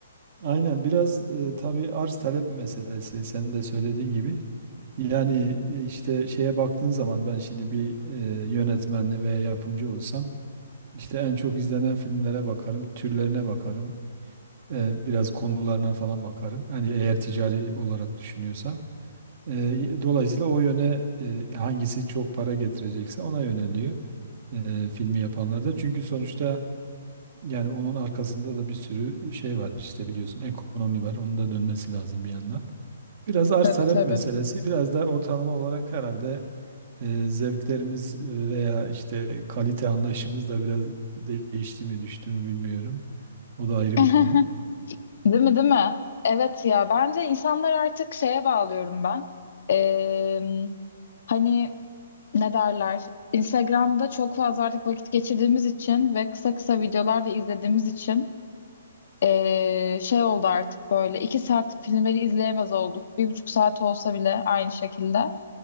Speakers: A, on the right (about 50°); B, on the left (about 60°).
A: Aynen biraz e, tabii arz talep meselesi senin de söylediğin gibi. Yani e, işte şeye baktığın zaman ben şimdi bir e, yönetmen veya yapımcı olsam işte en çok izlenen filmlere bakarım, türlerine bakarım. e, biraz konularına falan bakarım. Yani eğer ticari olarak düşünüyorsam. E, dolayısıyla o yöne e, hangisi çok para getirecekse ona yöneliyor e, filmi yapanlar da. Çünkü sonuçta yani onun arkasında da bir sürü şey var işte biliyorsun ekonomi var. Onun da dönmesi lazım bir yandan. Biraz arz
B: Tabii
A: talep
B: tabii.
A: meselesi biraz da ortalama olarak herhalde e, zevklerimiz veya işte kalite anlayışımız da biraz değişti mi düştü mü bilmiyorum. O da ayrı
B: <laughs>
A: bir konu.
B: Değil mi, değil mi? Evet ya bence insanlar artık şeye bağlıyorum ben. Ee, hani ne derler? Instagram'da çok fazla artık vakit geçirdiğimiz için ve kısa kısa videolar da izlediğimiz için ee, şey oldu artık böyle iki saat filmleri izleyemez olduk. Bir buçuk saat olsa bile aynı şekilde.